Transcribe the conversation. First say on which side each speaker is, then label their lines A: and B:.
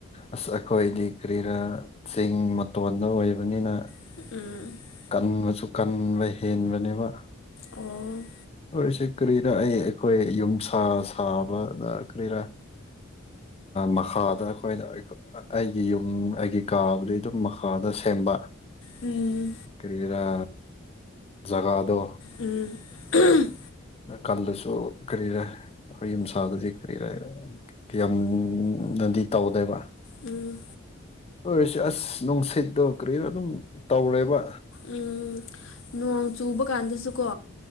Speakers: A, on the left; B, on the left.
A: ꯑꯁ ꯑꯩꯈꯣꯏꯗꯤ ꯀꯔꯤꯔꯥ ꯆꯤꯡ ꯃꯇꯣꯟꯗ ꯑꯣꯏꯕꯅꯤꯅ
B: ꯎꯥ
A: ꯀꯟꯕꯁꯨ ꯀꯟꯕ ꯍꯦꯟꯕꯅꯦꯕ
B: ꯑꯣ
A: ꯍꯣꯏꯁꯦ ꯀꯔꯤꯔ ꯑꯩ ꯑꯩꯈꯣꯏ ꯌꯨꯝ ꯁꯥ ꯁꯥꯕꯗ ꯀꯔꯤꯔꯥ ꯃꯈꯥꯗ ꯑꯩꯈꯣꯏꯅ ꯑꯩꯒꯤ ꯌꯨꯝ ꯑꯩꯒꯤ ꯀꯥꯕꯨꯗꯤ ꯑꯗꯨꯝ ꯃꯈꯥꯗ ꯁꯦꯝꯕ
B: ꯎꯝ
A: ꯀꯔꯤꯔꯥ ꯖꯒꯥꯗꯣ
B: ꯎꯝ <unintelligible> <inaudible>
A: ꯀꯜꯗꯁꯨ ꯀꯔꯤꯔꯦꯈ ꯌꯨꯝꯁꯥꯗꯗꯤ ꯀꯔꯤꯔ ꯀ ꯌꯥꯝꯅꯗꯤ ꯇꯧꯗꯦꯕ
B: ꯎꯝ
A: ꯑꯣꯏꯔꯁꯦ ꯑꯁ ꯅꯨꯡꯁꯤꯠꯇꯣ ꯀꯔꯤꯅꯣ ꯑꯗꯨꯝ ꯇꯧꯔꯦꯕ
B: ꯎꯝ ꯅꯣꯡ ꯆꯨꯕ ꯀꯥꯟꯗꯁꯨꯀꯣ